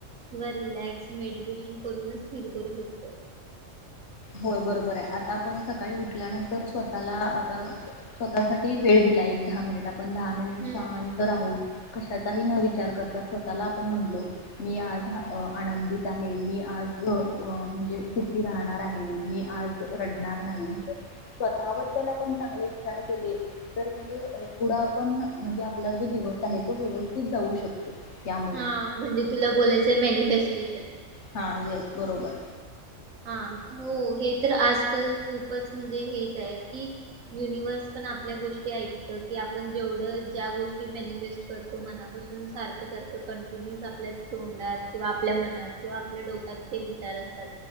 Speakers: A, on the right; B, on the left.
A: किंवा रिलास्क मेडिटेशन करून फील करू शकतो
B: होय बरोबर आहे आता आपण सकाळी उठल्यानंतर स्वतःला आता स्वतःसाठी वेळ दिला एक दहा मिनिट आपण दहा मिनिट
A: हम्म.
B: शांत राहू कशाचाही न विचार करत स्वतःला आपण म्हणलो मी आज आनंदित आहे मी आज म्हणजे सुखी राहणार मी आज रडणार नाही स्वतःबद्दल आपण चांगले विचार केले तर म्हणजे पुढ आपण म्हणजे आपला जो दिवस आहे तो व्यवस्थित जाऊ शकतो त्यामुळे
A: हा म्हणजे तुला बोलायचंय मॅनिफेस्टो स्टेशन-
B: हा येस बरोबर
A: हा हो हे तर आजकाल खूपच म्हणजे हेच आहे कि युनिव्हर्स पण आपल्या गोष्टी ऐकत कि आपण जेवढ ज्या गोष्टी मनिफेस्ट करतो मनापासून सारखं सारखं कंटिन्युस आपल्या तोंडात किंवा आपल्या मनात किंवा आपल्या डोक्यात ते विचार असतात